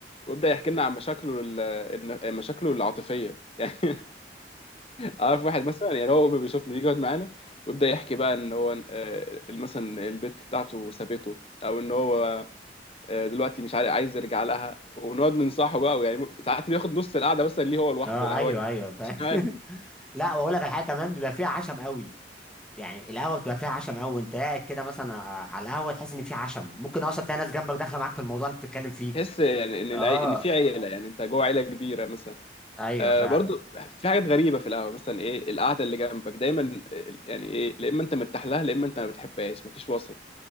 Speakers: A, on the left (about 35°); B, in the centre.
A: ويبدا يحكي لنا عن مشاكله ال- إن- مشاكله العاطفيه <laughs> عارف واحد مثلا يعني هو بيشوفني بيجي يقعد معانا ويبدا يحكي بقى ان هو آه، مثلا البت بتاعته سابته او ان هو آه، دلوقتي مش عارف عايز يرجع لها ونقعد ننصحه بقى ويعني ساعات بياخد نص القعده مثلا ليه هو لوحده
B: اه
A: لا
B: ايوه
A: هو
B: ايوه فاهم
A: مش عارف
B: <laughs> لا واقول لك على حاجه كمان بيبقى فيها عشم قوي يعني القهوه بتبقى فيها عشم قوي وانت قاعد كده مثلا ع- على القهوه تحس ان في عشم ممكن اصلا تلاقي ناس جنبك داخله معاك في الموضوع اللي بتتكلم فيه
A: تحس يعني ان العي...
B: اه
A: ان في عيله يعني انت جوه عيله كبيره مثلا
B: ايوه
A: آه
B: فعلا
A: برضو في حاجات غريبه في القهوه مثلا ايه القعده اللي جنبك دايما آه، يعني ايه لا اما انت مرتاح لها لا اما انت ما بتحبهاش مفيش وسط